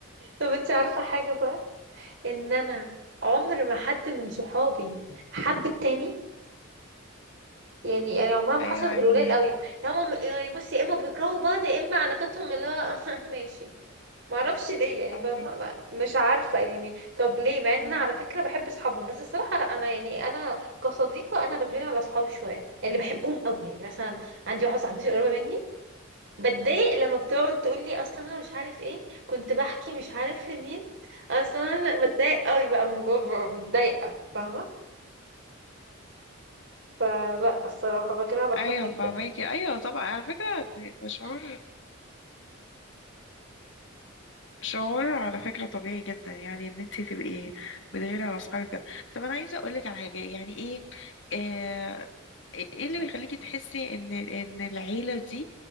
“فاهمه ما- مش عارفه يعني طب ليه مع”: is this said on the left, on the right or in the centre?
Right